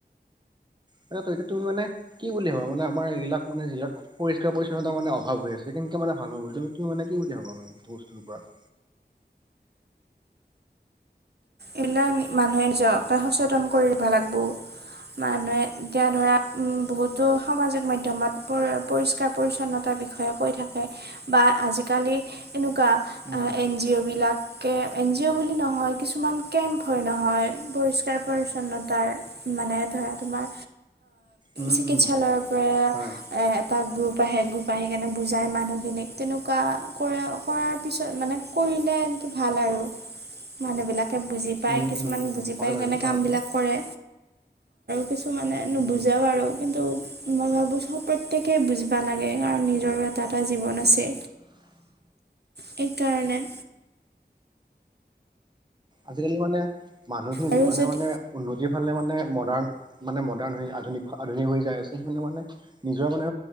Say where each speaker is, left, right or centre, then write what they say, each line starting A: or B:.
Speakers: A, on the right (about 25°); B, on the right (about 70°).
A: ততিয়া তুমি মানে কি বুলি ভাবা মানে আমাৰ এইবিলাক মানে যাক পৰিষ্কাৰ পৰিচ্ছন্নতা মানে অভাৱ হৈ আছে কিন্তু সকে মানে ভাল হ'ব বুলি তু মানে কি বুলি ভাববা মানেটো বস্তুৰওপৰত
B: এইবিলাক মানুহে নিজককে সচেতন কৰিব লাগিবো মানুহে এতিয়া ধৰা উম বহুতো সামাজিক মাধ্যমত। পৰি পৰিষ্কাৰ পৰি্ছন্নতাৰ বিষয়ে কৈ থাকে বা আজিকালি এনেকুৱা
A: উম,
B: এন জি অ' বিলাক এন জি অ' বুলি নহয় কিছুমান কেম্প হয় নহয় পৰিষ্কাৰ পৰিচ্ছন্নতাৰ মানে ধৰা তোমাৰ
A: উম,
B: চিকিৎসালয়ৰ
A: উম,
B: পৰা
A: হয়,
B: এটা গ্ৰুপ আহে্ৰ সেইণে বুজাই মানুহখিনিক তেনেকুৱা কৰে কৰাৰ পিছত মানে কৰিলে ভাল আৰু মানুহ বিলাক তে বুজি পায়
A: উম,
B: কিছুমান
A: উম, উম,
B: বুজি
A: হয়
B: পাই
A: বাৰু
B: কেনে
A: কথাটো
B: কামবিলাক কৰে কিছু মানে নুবুজাও
A: উম।
B: আৰু কিন্তু মই ভাবো চো প্ৰত্যেকেই বুজিব লাগে কাৰণ নিজৰো এটা জীৱন আছে সেইকাৰণে
A: আজিকালি মানে মানুহখিনি
B: আৰু
A: যিমানে
B: যদি
A: মানে উন্নতি যিফালে মানে মডাৰ্ণ মানে মডাৰ্ণ হৈ আধুনিক আধুনিক হৈ যায় আছে মানে মানে নিজৰ মানে